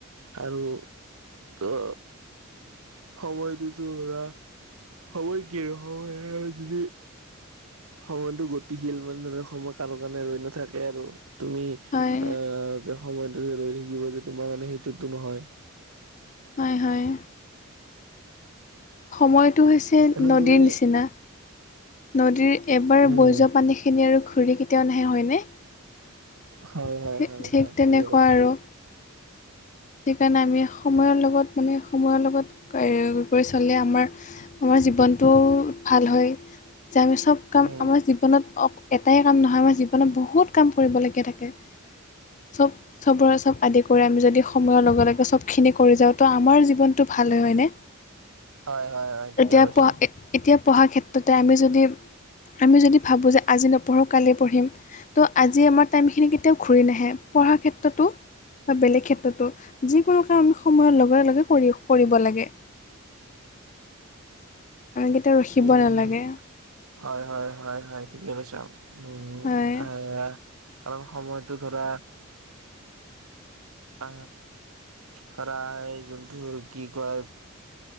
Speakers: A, on the right; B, on the left.
A: আৰু অ সময়টোতো ধৰা সময় কি সময় আৰু যদি সময়টো গতিশীল মানে ধৰা সময় কাৰো কাৰণে ৰৈ নাথাকে আৰু তুমি আ
B: হয়
A: যে সময়টো যে ৰৈ থাকিব যে তোমাৰ মানে সেইটোতো নহয়
B: হয় হয় সময়টো হৈছে
A: এনে
B: নদীৰ
A: তুমি
B: নিচিনা নদীৰ এবাৰ
A: উম
B: বৈ যোৱা পানীখিনি আৰু ঘূড়ী কেতিয়াও নাহে হয়নে থি
A: হয় হয় হয়
B: ঠিক
A: হয়
B: তেনেকুৱা
A: ঠিকে কৈছা
B: আৰু সেইকাৰণে আমি সময়ৰ লগত মানে সময়ৰ লগত কৰ কৰি চলে আমাৰ আমাৰ জীৱনটো ভাল হয় যে আমি চব কাম
A: উম
B: আমাৰ জী ৱনত এটাই কাম নহয় আমাৰ জীৱনত বহুত কাম কৰিবলগীয়া থাকে চব চবৰে চব আদি কৰি আমি যদি সময়ৰ লগে লগে চবখিনি কৰি যাওঁ ত' আমাৰ জীৱনটো ভাল হয় হয়নে
A: হয় হয় হয় ঠিকে
B: এতিয়া
A: কৈছা
B: পঢ় এ এতিয়া পঢ়াৰ ক্ষেত্ৰতে আমি যদি আমি যদি ভাবোঁ যে আজি নপঢ়োঁ কালি পঢ়িম ত' আজি আমাৰ টাইমখিনি কেতিয়াও ঘূৰি নাহে পঢ়াৰ ক্ষেত্ৰতো বা বেলেগ ক্ষেত তটো যিকোনো কাম আমি সময়ৰ লগে লগে কৰি কৰিব লাগে আমি কেতিয়াও ৰখিব
A: উম
B: নালাগে
A: হয় হয় হয় হয় ঠিকে কৈছা উম
B: হয়
A: আ কাৰণ সময়টো ধৰা আ ধৰা এই যোনটো আৰু কি কয়